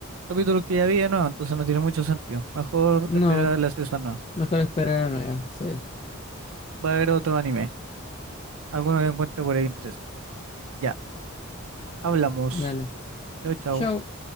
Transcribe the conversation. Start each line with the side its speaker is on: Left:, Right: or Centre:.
Right: capítulos que ya vi de nuevo, entonces no tiene mucho sentido. Mejor
Left: no,
Right: esperar a ver la season nueva.
Left: mejor esperar a la nueva. Sí,
Right: Va a haber otro anime. Alguno que encuentre por ahí interés. Ya, hablamos.
Left: dale.
Right: Chao, chao.
Left: Chao.